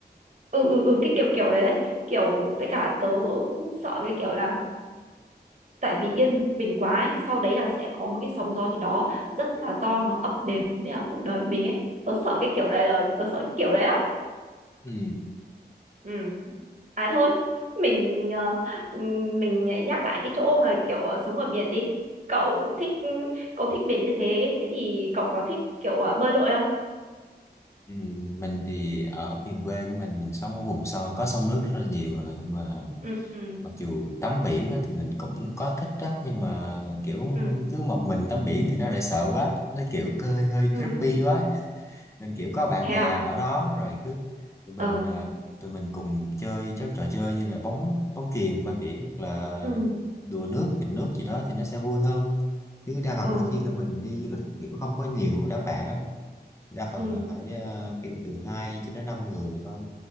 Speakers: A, on the right; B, on the left.
A: ừ ừ ừ cái kiểu kiểu đấy, đấy kiểu với cả tớ cũng sợ cái kiểu là tại vì yên bình quá ấy, sau đấy là sẽ có một cái sóng gió gì đó rất là to nó ập đến với cả cuộc đời mình ấy tớ sợ cái kiểu đấy là tớ sợ cái kiểu đấy lắm
B: <laughs> ừ,
A: ừ à thôi mình ờ, ừ, mình nhắc lại cái chỗ mà kiểu ờ, sống ở biển đi cậu thích ừ, cậu thích biển như thế thế thì cậu có thích kiểu ờ, bơi lội không
B: ừ, mình thì ở miền quê của mình mình sống ở vùng sâu có sông nước rất là nhiều rồi nhưng mà
A: ừ ừ
B: mặc dù tắm biển á, thì mình cũng có thích đó nhưng mà kiểu
A: ừ
B: cứ một mình tắm biển thì nó lại sợ quá nó kiểu hơi hơi
A: ừ.
B: creepy quá ấy. nên kiểu có bạn
A: thế
B: bè
A: à
B: ở đó rồi cứ tụi mình
A: ờ
B: ờ, tụi mình cùng chơi các trò chơi như là bóng bóng chuyền bãi biển hoặc là
A: ừ
B: đùa nước nghịch nước gì đó thì nó sẽ vui hơn chứ đa phần
A: ừ
B: đôi khi là mình đi du lịch kiểu không có nhiều đám bạn á đa phần
A: ừ
B: là phải ờ, kiểu từ hai cho đến năm người thôi